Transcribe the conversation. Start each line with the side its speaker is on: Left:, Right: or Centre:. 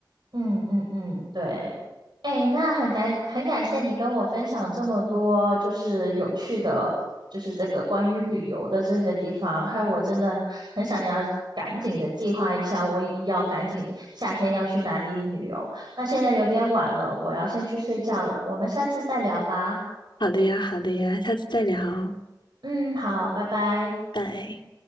Right: 嗯嗯嗯，对。哎，那很感很感谢你跟我分享这么多，就是有趣的，就是这个关于旅游的这些地方，害我真的很想要赶紧的计划一下，我也要赶紧夏天要去哪里旅游。那现在有点晚了，我要先去睡觉了，我们下次再聊吧。
Left: 好的呀，好的呀，下次再聊，
Right: 嗯，好，拜拜。
Left: 拜。